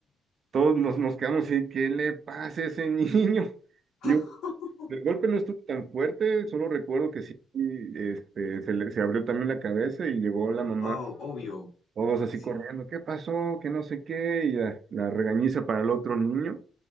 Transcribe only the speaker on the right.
Todos nos, nos quedamos así, ¿qué le pasa a ese niño? <laughs> Digo,
el golpe no estuvo tan fuerte, solo recuerdo que sí, este, se le, se abrió también la cabeza y llegó la mamá,
todos así
corriendo, ¿qué pasó? Que no sé qué, y la, la regañiza para el otro niño,